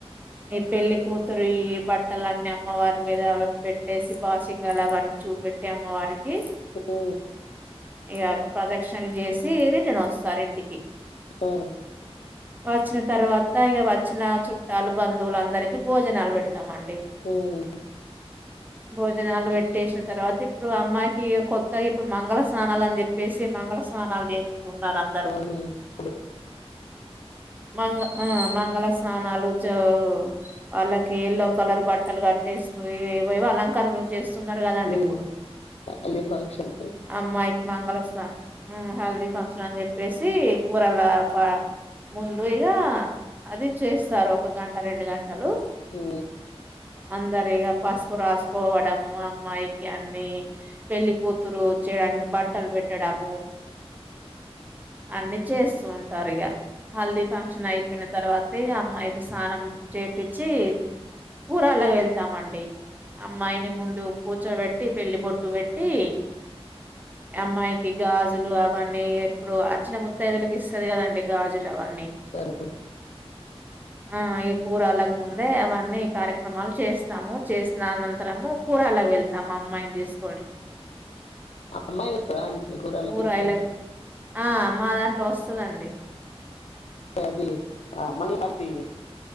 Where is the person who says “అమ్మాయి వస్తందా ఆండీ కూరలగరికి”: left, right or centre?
Left